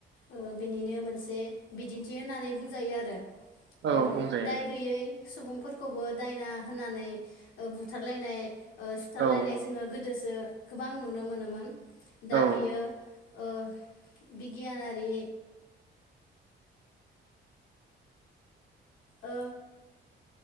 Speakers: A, on the left; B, on the right.
A: ओ बिनिनो मोनसे बिदिन्थि होननानै बुंजायो आरो।
B: औ
A: ओ
B: बुंजायो
A: दाय गैयै सुबुंफोरखौबो दायना होननानै बुथारलायनाय ओ सिथारलायनाय
B: औ
A: जोङो गोदोसो गोबां नुनो मोनोमोन। दा
B: औ
A: बेयो ओ बिगियानारि ओ